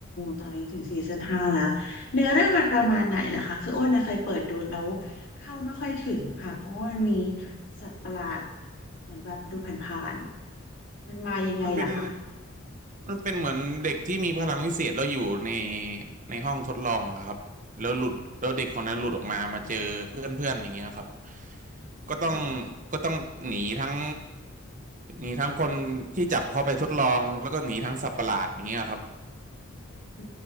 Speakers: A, on the left (about 65°); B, on the right (about 40°).
A: ตอนนี้ถึงซีซั่นห้าแล้ว เนื้อเรื่องมันประมาณไหนล่ะคะ คืออ้นนะเคยเปิดดูแล้วเข้าไม่ค่อยถึงค่ะเพราะว่ามันมีสัตว์ประหลาดเหมือนแบบดูผ่านๆมันมายังไงล่ะคะ
B: มันเป็น มันเป็นเหมือนเด็กที่มีพลังวิเศษแล้วอยู่ในในห้องทดลองอะครับแล้วหลุดแล้วเด็กคนนั้นหลุดออกมามาเจอเพื่อนเพื่อนอย่างเงี้ยครับ
A: อ๋อ
B: ก็ต้อง
A: ค่ะ
B: ก็ต้องหนีทั้งหนีทั้งคนที่จับเขาไปทดลองแล้วก็หนีทั้งสัตว์ประหลาดอย่างเงี้ยครับ
A: อื